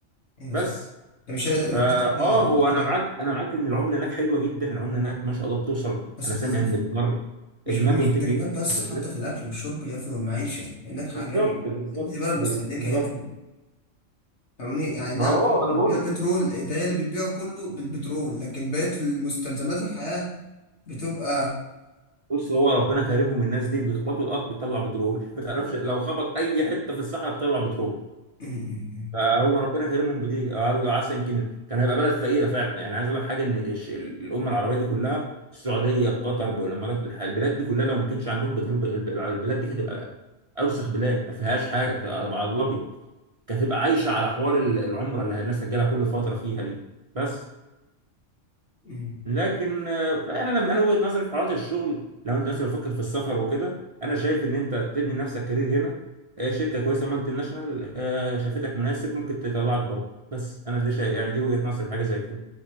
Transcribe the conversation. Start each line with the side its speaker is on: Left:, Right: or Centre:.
Left: ايوه
Right: بس
Left: صح ده مش هيقدر
Right: فا
Left: لو كنت
Right: اه
Left: فيها يعني
Right: هو
Left: نفس الكلام
Right: انا معاك انا معاك ان العمله هناك حلوه جدا العمله هناك ما شاء الله بتوصل
Left: بس
Right: انا
Left: هتصرف
Right: سامع ان الدينار
Left: مش
Right: الدينار
Left: مش
Right: ب 200
Left: في التكليفات
Right: جنيه
Left: بس
Right: بس هتصرف
Left: حتى في الاكل والشرب يا ابني والمعيشه لانك حاجه
Right: بالظبط
Left: غاليه
Right: بالظبط
Left: انت دي بلد
Right: بالظبط
Left: مستهلكه يا ابني فاهمني يعني نعم
Right: ما هو
Left: في بتبيع
Right: انا بقول
Left: بترول ده هي اللي بتبيعه كله بالبترول لكن بقية المستلزمات الحياة بتبقى
Right: بص هو ربنا كريمهم الناس دي بيخبطوا الارض بتطلع بترول <laughs> ما تعرفش لو خبط اي حته في الصحراء بتطلع بترول
Left: <clears throat> م- م-
Right: فهو ربنا كريمهم بدي قال عسى يمكن كان هيبقى بلد فقيره فعلا يعني عايز اقول لك حاجه ان الش- ال- الامه العربيه دي كلها السعوديه بقطر بالامارات الح- البلاد دي كلها لو ما كانش عندهم بترول ب- الب- البلاد دي كانت هتبقى اوسخ بلاد ما فيهاش حاجه هتبقى على الابيض كانت هتبقى عايشه على حوار ال- العمره اللي الناس هتجيلها كل فتره فيها دي بس
Left: م-
Right: لكن
Left: م.
Right: آه، انا لما انا وجهة نظري في حالات الشغل لو انت مثلا بتفكر في السفر وكده انا شايف ان انت تبني لنفسك كارير هنا آه، شركه كويسه مالتي ناشونال آه، شافتك مناسب ممكن تطلعك بره بس انا دي شا... يعني دي وجهة نظري في حاجه زي كده